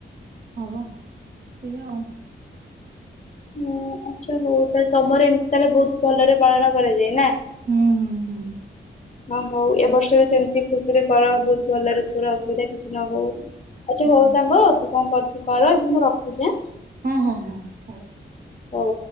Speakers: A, on the right (about 50°); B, on the left (about 35°).
A: ହ ମ୍ପା ସେଇଆ ଆଉ।
B: ହ ଆଛା ହଉ ତାହଲେ ତମର ଏମିତି ତାହେଲେ ବହୁତ ଭଲରେ ପାଳନ କରାଯାଏ ନା।
A: ହୁଁ ହୁଁ ହୁଁ।
B: ହଁ ହଉ ଏବ ବର୍ଷ ବି ସେମିତି ଖୁସିରେ କର ବହୁତ ଭଲରେ କର ଅସୁବିଧା କିଛି ନ ହଉ। ଆଚ୍ଛା
A: ହଁ
B: ହଉ ସାଙ୍ଗ ତୁ କଣ କରୁ ଛୁ କର ଏବେ ମୁଁ ରଖୁଛି‌ ଆଃ।
A: ହଁ ହଁ ହଁ ହଉ।
B: ହଉ।